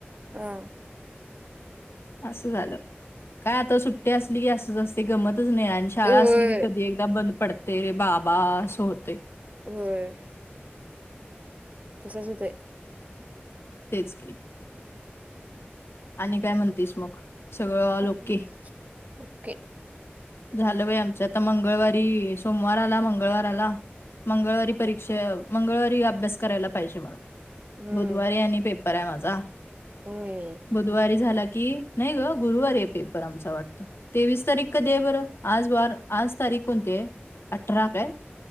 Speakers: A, on the right; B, on the left.
A: हा
B: असं झालं काय आता सुट्टी असली की असंच असते. ते गमतच नाही आणि शाळा
A: होय
B: असली की कधी एकदा बंद पडते रे बाबा असं होते.
A: होय तसंच होतेय.
B: तेच की आणि काय म्हणतीस मग? सगळं ऑल
A: ह
B: ओके?
A: ओके
B: झालं बाई आमच्या आता मंगळवारी, सोमवार आला मंगळवार आला मंगळवारी परीक्षा, मंगळवारी अभ्यास करायला पाहिजे मला.
A: हम्म
B: बुधवारी आणि पेपर आहे माझा,
A: होय
B: बुधवारी झाला की, नाही ग गुरुवारी आहे पेपर आमचा वाटतं, तेवीस तारीख कधी आहे? बर आज वार आज तारीख कोणती आहे अठरा काय?